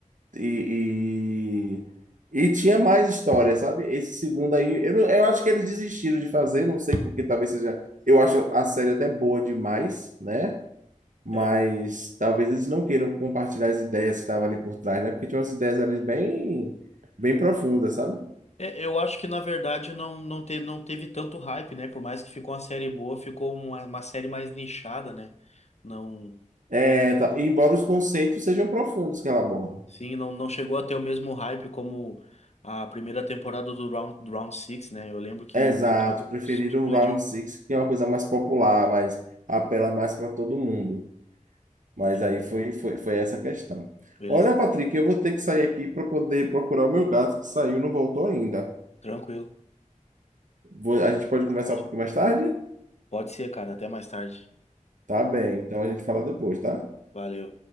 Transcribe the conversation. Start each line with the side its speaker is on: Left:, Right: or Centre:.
Right: E, e, e tinha mais história, sabe? Esse segundo aí, eu, não- eu acho que eles desistiram de fazer, não sei porque talvez seja. Eu acho a série até boa demais, né? Mas
Left: É,
Right: talvez eles não queiram compartilhar as ideias que estavam ali por trás, né? Porque tinha umas ideias ali bem, bem profundas, sabe?
Left: É, eu acho que na verdade não, não, te, não teve tanto hype, né? Por mais que ficou uma série boa, ficou uma, uma série mais nichada, né? Não,
Right: É, tá- embora os conceitos sejam profundos que ela aborda.
Left: sim, não, não chegou a ter o mesmo hype como a primeira temporada do Round, do Round six né? Eu lembro que
Right: Exato,
Left: aquilo
Right: preferiram
Left: explodiu.
Right: o Round Six que é uma coisa mais popular, mas apela mais para todo mundo. Mas
Left: É,
Right: aí foi, foi, foi essa questão.
Left: beleza.
Right: Olha, Patrick, eu vou ter que sair aqui para poder procurar o meu gato que saiu e não voltou ainda.
Left: Tranquilo.
Right: Vou- a gente
Left: Até
Right: pode
Left: mais
Right: conversar
Left: tarde.
Right: um pouquinho mais tarde?
Left: Pode ser, cara. Até mais tarde.
Right: Tá bem, então a gente fala depois, tá?
Left: Valeu.